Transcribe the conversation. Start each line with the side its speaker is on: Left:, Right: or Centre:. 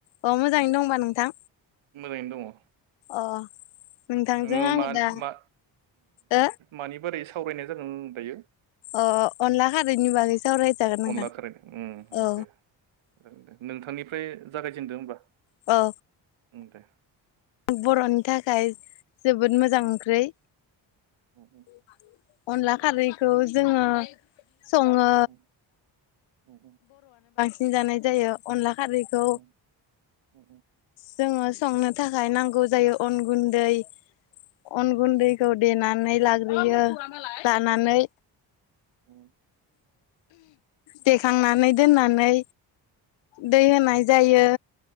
Left: अ मोजाङैनो दंबा नोंथां
Right: मोजाङैनो दङ
Left: अ नोंथांजों
Right: जोङो
Left: आङो
Right: मा
Left: दा
Right: मा
Left: ओ
Right: मानि बोरै सावरायनाय जागोन दायो
Left: अ अनला खारैनि बागै सावरायजागोन नोंथां
Right: अनला खारै उम जागोन
Left: औ
Right: दे नोंथांनि ओमफ्राय जागायजेनदो होमबा
Left: औ
Right: दे
Left: बर'नि थाखाय जोबोद मोजां
Right: उम
Left: ओंख्रै
Right: उम
Left: <inaudible> अनला खारैखौ जोङो सङो
Right: उम उम
Left: सिं जानाय जायो अनला खारैखौ
Right: उम उम
Left: जोङो संनो थाखाय नांगौ जायो अन गुन्दै अन
Right: उम उम
Left: गुन्दैखौ देना नानै लाग्रोयो लानानै
Right: औ
Left: देखांनानै दोननानै
Right: उम
Left: दै होनाय जायो